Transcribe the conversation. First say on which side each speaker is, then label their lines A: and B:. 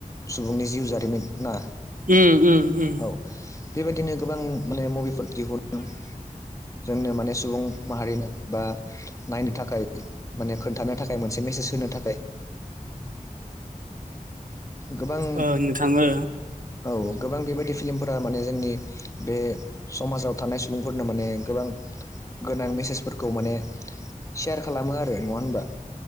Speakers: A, on the left; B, on the right.
A: सुबुंनि जिउ जारिमिन ना
B: उम उम उम
A: औ बेबायदिनो गोबां माने मुभिफोर दिहुनो जोंनो माने सुबुं माहारिनो बा नायनो थाखाय माने खोन्थानो थाखाय मोनसे मेसेज होनो थाखाय गोबां
B: ओ नोंथां ओ
A: औ गोबां बेबायदि फिलिमफोरा माने जोंनि बे समाजाव थानाय सम सुबुंफोरनो माने गोबां गोनां मेसेजफोरखौ माने सेयार खालामो आरो नङा होनबा